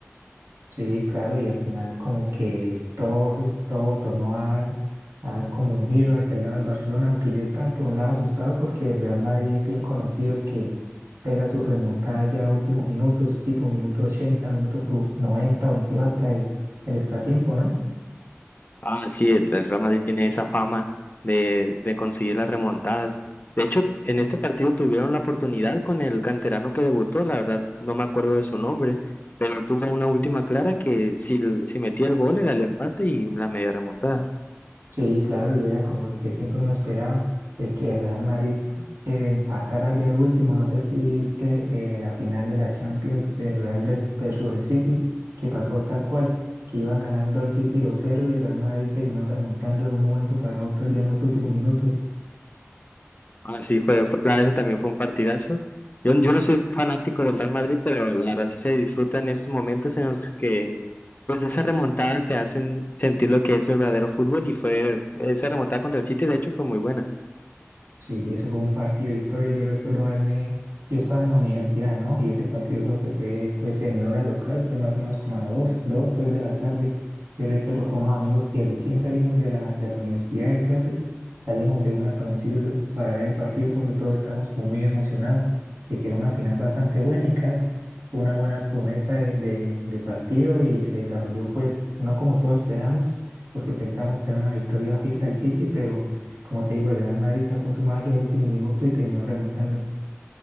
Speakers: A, on the right (about 85°); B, on the left (about 40°).
A: Sí, claro, y al final como que es todo, es todo tornó a dar, a dar como un giro hacia el lado del Barcelona, aunque yo estaba por un lado asustado porque el Real Madrid es bien conocido de que pega su remontada ya a últimos minutos, tipo minuto 80, minuto tu- 90 o incluso hasta el, el extratiempo, ¿no?
B: Ah, sí, el, el Real Madrid tiene esa fama de, de conseguir las remontadas. De hecho, en este partido tuvieron la oportunidad con el canterano que debutó, la verdad no me acuerdo de su nombre, pero tuvo una última clara que si, si metía el gol era el empate y la media remontada.
A: Sí, claro, y era como lo que siempre uno esperaba, de que Real Madrid eh, empatara ya el último. No sé si viste eh, la final de la Champions de Real vers- versus el City, que pasó tal cual, que iban ganando el City dos cero y el Real Madrid terminó remontando de un momento para otro ya en los últimos minutos.
B: Ah, sí, fue, fue- la verdad ese también fue un partidazo. Yo, yo no soy fanático del Real Madrid, pero la verdad sí se disfrutan esos momentos en los que pues esas remontadas te hacen sentir lo que es el verdadero fútbol y fue esa remontada contra el City, de hecho, fue muy buena.
A: Sí, eso fue un partido de historia. Yo recuerdo haberme, yo estaba en la universidad, ¿no? Y ese partido creo que fue, pues, en mi hora local, fue más o menos como a dos, dos, tres de la tarde. Yo recuerdo con unos amigos que recién salimos de la, de la universidad de clases, salimos de una para un sitio para ver el partido porque todos estábamos como muy emocionados de que era una final bastante buena y claro, fue una buena promesa de, de, de partido y se desarrolló, pues, no como todos esperamos, porque pensamos que era una victoria fija del City, pero como te digo, el Real Madrid sacó su magia a último minuto y terminó remontando.